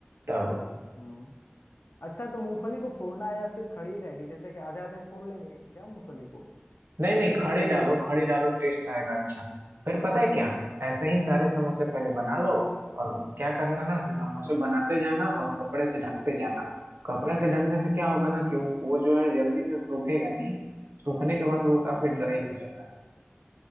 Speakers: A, on the right; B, on the left.
A: तब
B: हम्म अच्छा तो मूंगफली को फोड़ना है या फिर खड़ी रहेगी जैसे कि आधे आधे फोड़ लेंगे क्या मूंगफली को
A: नहीं नहीं खड़ी डालो खड़ी डालो टेस्ट आएगा अच्छा फिर पता है क्या ऐसे ही सारे समोसे पहले बना लो और क्या करना ना कि समोसे बनाते जाना और कपड़े से ढकते जाना कपड़े से ढकने से क्या होगा ना कि वो वो जो है जल्दी से सूखेगा नहीं सूखने के बाद वो काफी ड्राई हो जाता है